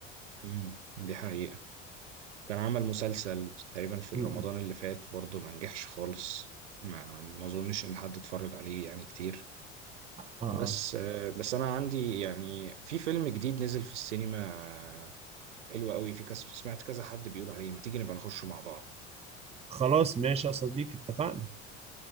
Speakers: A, on the right; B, on the right.
A: امم دي حقيقه كان عمل مسلسل تقريبا في
B: م-
A: رمضان
B: م.
A: اللي فات برضه ما نجحش خالص ما ما اظنش ان حد اتفرج عليه يعني كتير
B: اه اه
A: بس آه، بس انا عندي يعني في فيلم جديد نزل في السينما آه، حلو قوي في كذا سمعت كذا حد بيقول عليه ما تيجي نبقى نخشه مع بعض
B: خلاص ماشي يا صديقي اتفقنا